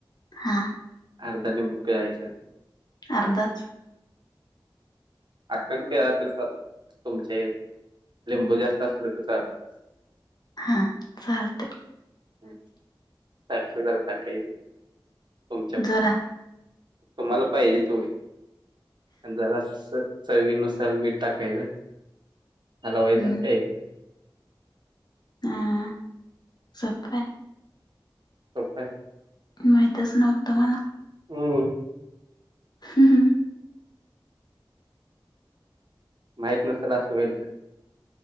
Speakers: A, on the left; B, on the right.
A: हा.
B: अर्धा लिंबू पिळायचा. <unintelligible>
A: अर्धाच.
B: आकं पिळला तरी चालतंय तुमचे, लिंबू जास्त असला तर चालतंय.
A: हा, चालतंय.
B: हम्म, साखर जरा टाकायची, तुमच्या
A: जरा
B: तुम्हाला पाहिजे तेवढी. आणि जरासं चवीनुसार मीठ टाकायचं, हलवायचं
A: हम्म
B: आणि प्यायचं.
A: हा हा, सोप आहे.
B: सोप आहे.
A: माहितच नव्हतं मला.
B: हम्म.
A: ह ह,,
B: माहित नसल असं होईल काय.